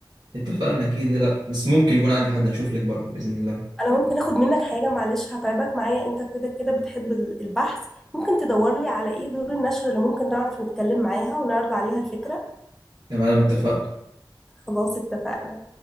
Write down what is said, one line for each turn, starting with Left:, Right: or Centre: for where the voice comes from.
Right: اتفقنا اكيد ليه لا بس ممكن يكون عندي حد هشوف لك برضه باذن الله
Centre: انا ممكن اخد منك حاجه معلش هتعبك معايا انت كده كده بتحب ال- البحث ممكن تدور لي على ايه دور النشر اللي ممكن نعرف نتكلم معاها ونعرض عليها الفكره
Right: تمام اتفقنا
Centre: خلاص اتفقنا